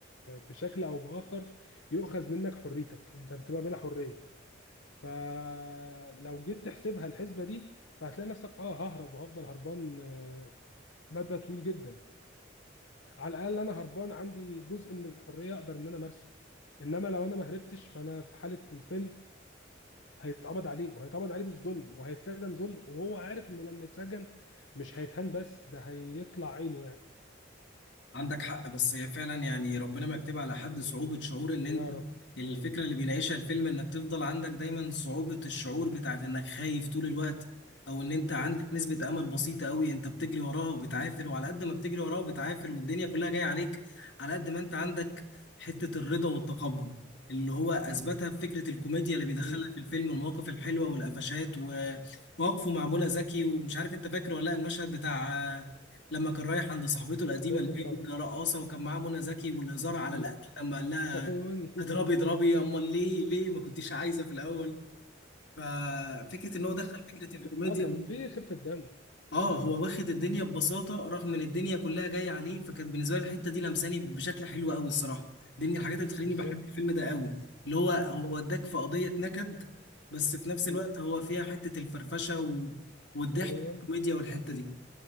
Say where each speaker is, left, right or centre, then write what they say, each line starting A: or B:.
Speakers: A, on the left (about 80°); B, on the left (about 65°).
A: بشكل او باخر يؤخذ منك حريتك انت بتبقى بلا حريه فلو جيت تحسبها الحسبه دي فهتلاقي نفسك اه ههرب وهفضل هربان آه، مدى طويل جدا على الاقل انا هربان عندي جزء من الحريه اقدر ان انا امارسه انما لو انا ما هربتش فانا في حاله الفيلم هيتقبض عليه وهيتقبض عليه بالظلم وهيتسجن ظلم وهو عارف انه لما يتسجن مش هيتهان بس ده هيطلع عينه يعني
B: عندك حق بس هي فعلا يعني ربنا ما يكتب على حد صعوبة شعور ان
A: يا
B: انت
A: رب
B: الفكرة
A: يا رب
B: اللي بيناقشها الفيلم انك تفضل عندك دايما صعوبة الشعور بتاعت انك خايف طول الوقت او ان انت عندك
A: مم.
B: نسبة امل بسيطة قوي انت بتجري وراها وبتعافر وعلى قد ما بتجري وراها وبتعافر والدنيا كلها جاية عليك على قد ما انت عندك حتة الرضا والتقبل اللي هو اثبتها في فكرة الكوميديا اللي بيدخلها
A: مم.
B: في الفيلم المواقف الحلوة والقفشات ومواقفه معمولة ذكي ومش عارف انت فاكر ولا لا المشهد بتاع لما كان رايح عند صاحبته القديمه
A: فاكر
B: اللي
A: طبعا
B: هي رقاصه وكان معاه منى زكي والهزار على
A: مم.
B: الاكل لما قال لها
A: <laughs> ايوه <laughs>
B: اضربي اضربي امال ليه ليه ما كنتيش عايزه في الاول ففكره ان هو دخل فكره الكوميديا
A: اه كان في خفه دم
B: اه هو واخد الدنيا ببساطه رغم ان الدنيا كلها جايه عليه فكانت بالنسبه لي الحته دي لمساني بشكل حلو قوي الصراحه دي من الحاجات اللي بتخليني
A: بالظبط
B: بحب الفيلم ده قوي اللي هو هو
A: مم.
B: وداك في قضيه نكد بس في نفس
A: مم.
B: الوقت هو فيها حته الفرفشه و... والضحك
A: ايوه
B: والكوميديا والحته
A: مم.
B: دي